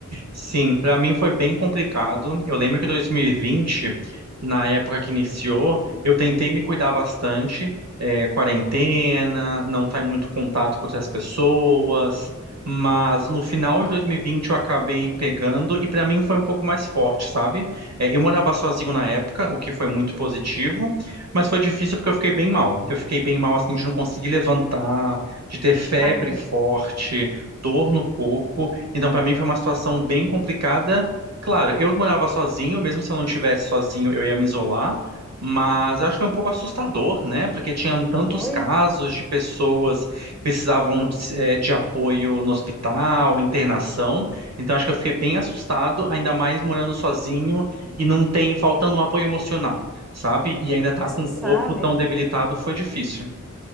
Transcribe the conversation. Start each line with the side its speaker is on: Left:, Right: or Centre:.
Right: Sim, para mim foi bem complicado. Eu lembro que 2020, na época que iniciou, eu tentei me cuidar bastante, é, quarentena, não estar em muito contato com outras pessoas, mas no final de 2020 eu acabei pegando e para mim foi um pouco mais forte, sabe? É, eu morava sozinho na época, o que foi muito positivo, mas foi difícil porque eu fiquei bem mal. Eu fiquei bem mal assim de não conseguir levantar, de ter febre
Centre: Ai, meu
Right: forte.
Centre: Deus.
Right: Dor no corpo, então, para mim foi uma situação bem complicada. Claro, eu morava sozinho, mesmo se eu não tivesse sozinho, eu ia me isolar, mas eu acho que foi um pouco assustador, né? Porque tinha tantos
Centre: Foi?
Right: casos de pessoas que precisavam, eh, de apoio no hospital, internação. Então, acho que eu fiquei bem assustado, ainda mais morando sozinho e não tem, faltando um apoio emocional, sabe? E ainda estar
Centre: Você
Right: com o
Centre: sabe?
Right: corpo tão debilitado foi difícil.